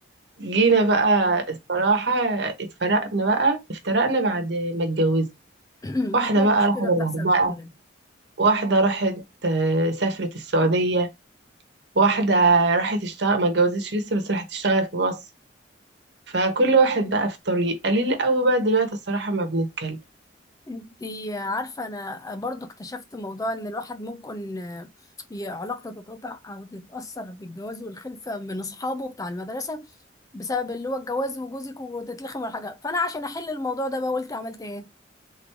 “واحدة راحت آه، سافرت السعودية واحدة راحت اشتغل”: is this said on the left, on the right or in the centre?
Right